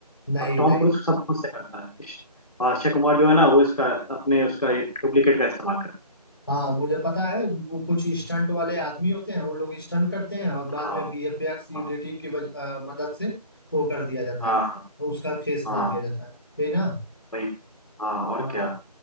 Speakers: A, on the left (about 35°); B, on the left (about 65°).
A: नहीं
B: और टॉम
A: नहीं
B: क्रूज सब कुछ से करता है इस- और अक्षय कुमार जो है ना वो इसका अपने उसका डुप्लीकेट का इस्तेमाल करता
A: हाँ मुझे पता है वो कुछ स्टंट वाले आदमी होते हैं वो लोग स्टंट करते हैं और
B: है
A: बाद में
B: हाँ
A: वीएफएक्स एडिटिंग
B: हाँ
A: की वज- अ, मदद से वो कर दिया जाता
B: हाँ
A: है
B: हाँ
A: उसका फेस
B: हाँ,
A: ला दिया जाता है यही ना
B: वही वही हाँ और
A: हाँ
B: क्या